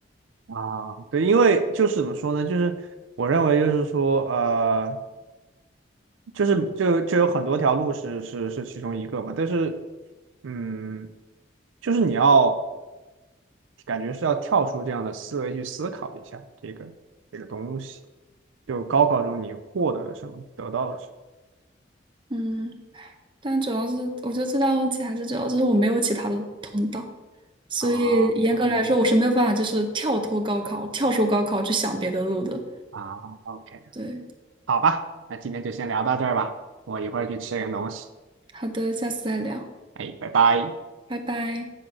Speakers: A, on the right; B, on the right.
A: 啊，对，因为就是怎么说呢？就是我认为就是说，呃，就是就就有很多条路是是是其中一个嘛。但是，嗯，就是你要感觉是要跳出这样的思维去思考一下这个这个东西。就高考中你获得了什么，得到了什么。
B: 嗯，但主要是我觉得最大的问题还是主要就是我没有其他的通道，所以严格来说，
A: 啊嗯
B: 我是没有办法就是跳脱高考，跳出高考去想别的路的。
A: 啊，OK，
B: 对，
A: 好吧，那今天就先聊到这儿吧，我一会儿去吃点东西，
B: 好的，下次再聊，
A: 哎，拜拜。
B: 拜拜。